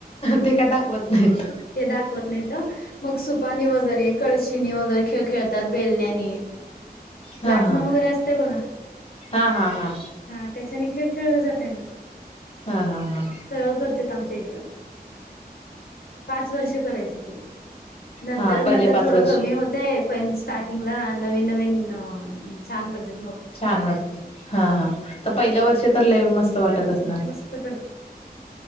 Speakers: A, on the left; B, on the left.
A: ते काय दाखवत नाहीत
B: ते दाखवत नाहीत मग सुपानी वगैरे क शीनी वगैरे खेळ खेळतात बेलण्याने
A: हा
B: लाटणं
A: हा
B: वगैरे असतय बघा
A: हा हा हा
B: हा त्या ने खेळ खेळला जात आहे ना
A: हा हा हा
B: सगळं <inaudible> पाच वर्ष करायचे ते नंतर
A: हा
B: नंतर
A: पहिले पाच
B: थोडं
A: वर्ष
B: कमी होते पण स्टार्टिंगला नवीन नवीन छान करते
A: छान वाटत हा हा तर पहिल्या वर्ष तरले मस्त वाटत असणार्
B: मस्त